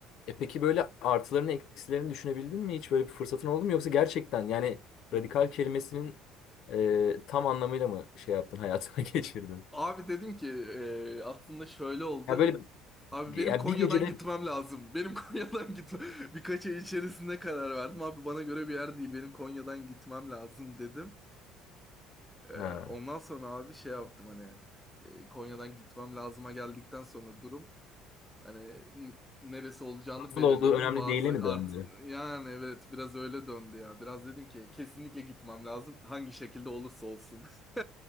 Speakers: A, on the left; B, in the centre.
A: E peki böyle artılarını eksilerini düşünebildin mi? Hiç böyle bir fırsatın oldu mu? Yoksa gerçekten yani
B: Hı
A: radikal
B: hı.
A: kelimesinin e, tam anlamıyla mı şey yaptın hayatına <laughs> geçirdin?
B: Abi dedim ki e, aslında şöyle oldu.
A: Ya böyle
B: Abi
A: yani
B: benim Konya'dan
A: bir gecede
B: gitmem lazım. Benim <laughs> Konya'dan gitme. Birkaç ay içerisinde karar verdim. Abi bana göre bir yer değil. Benim Konya'dan gitmem lazım dedim. E,
A: ha,
B: ondan sonra abi şey yaptım hani e, Konya'dan gitmem lazıma geldikten sonra durum. Hani n- neresi olacağını
A: nasıl
B: belirledim.
A: olduğu önemli
B: Bazı
A: değile mi
B: art
A: döndü?
B: yani evet biraz öyle döndü ya. Biraz dedim ki kesinlikle gitmem lazım. Hangi şekilde olursa olsun. <laughs>